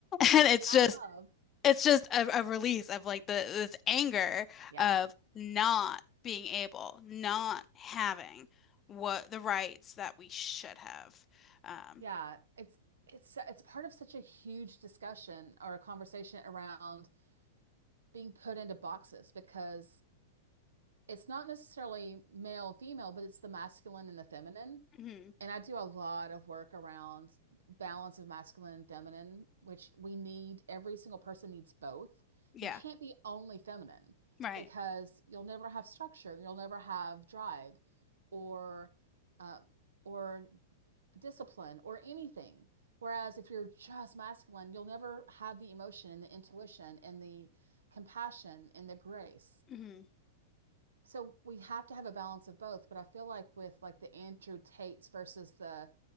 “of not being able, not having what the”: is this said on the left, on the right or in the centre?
Left